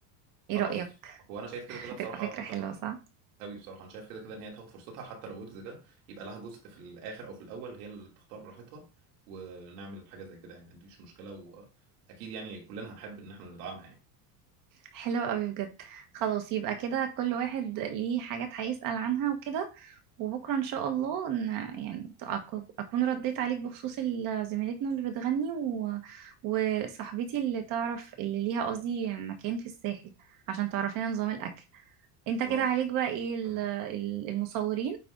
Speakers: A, on the right; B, on the right.
A: ايه
B: خلاص
A: رايك
B: هو انا شايف كده
A: هتبقى
B: كده بصراحه
A: فكره
B: تاخد
A: حلوه صح
B: قوي بصراحه انا شايف كده كده ان هي تاخد فرصتها حتى لو ويجز جه يبقى لها جزء في الاخر او في الاول هي اللي تختار براحتها ونعمل حاجه زي كده يعني ما عنديش مشكله واكيد يعني كلنا هنحب ان احنا ندعمها يعني
A: حلو قوي بجد خلاص يبقى كده كل واحد ليه حاجات هيسأل عنها وكده وبكرة إن شاء الله إن يعني أك- أكون رديت عليك بخصوص ال- زميلتنا اللي بتغني و... وصاحبتي اللي تعرف اللي ليها قصدي مكان في الساحل عشان تعرفينا نظام الأكل أنت
B: خلاص
A: كده عليك بقى إيه ال-
B: تمام
A: ال- المصورين